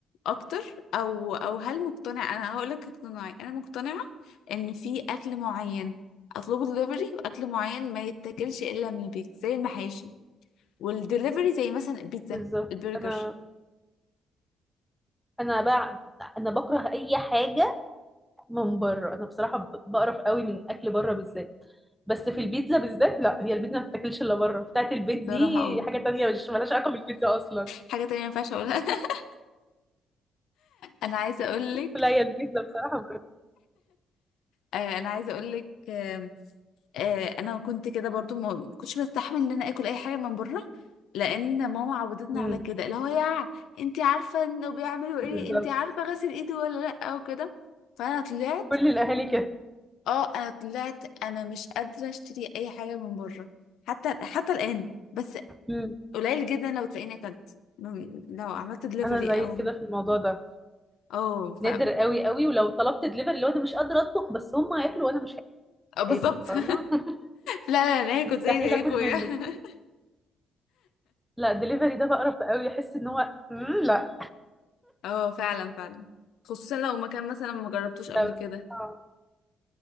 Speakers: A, on the left; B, in the centre.
A: اكتر او او هل مقتنع انا هقولك اقتناعي انا مقتنعه ان في اكل معين اطلبه دليفري واكل معين ما يتاكلش الا من البيت زي المحاشي والدليفري زي مثلا البيتزا
B: بالظبط
A: البرجر
B: انا انا بقى انا بكره اي حاجة من بره انا بصراحه ب- بقرف قوي من اكل بره بالذات بس في البيتزا بالذات لا هي البيتزا ما بتاكلش الا بره بتاعت البيت
A: صراحه
B: دي
A: اه
B: حاجه تانية مش مالهاش علاقه بالبيتزا اصلا
A: حاجه تانية ما ينفعش اقولها <laughs> انا عايزه اقولك
B: <laughs> لا هي البيتزا بصراحه بره
A: آه، انا عايزه اقولك آه، انا كنت كده برضو ما كنتش بستحمل ان انا اكل اي حاجه من بره لان ماما عودتنا
B: امم
A: على كده اللي هو يا انت عارفه انه بيعملوا ايه
B: بالظبط
A: انت عارفه غسل ايده ولا لا وكده فانا طلعت
B: كل الاهالي كده
A: اه انا طلعت انا مش قادره اشتري اي حاجه من بره حتى حتى الان بس
B: امم
A: قليل جدا لو تلاقيني اكلت م- لو عملت دليفري
B: انا زيك
A: او
B: كده في الموضوع ده
A: اه
B: نادر
A: ف اه
B: قوي قوي ولو طلبت دليفري لو انا مش قادره اطبخ بس هم هياكلوا وانا مش
A: بالظبط
B: هاكل فاهمه
A: <laughs>
B: <laughs>
A: لا لا انا هاكل
B: مستحيل
A: زي زيكم
B: اكل منه
A: <laughs>
B: لا دليفري ده بقرف قوي احس ان هو امم لا
A: اه فعلا فعلا خصوصا لو مكان مثلا ما جربتوش قبل
B: لا
A: كده
B: آه.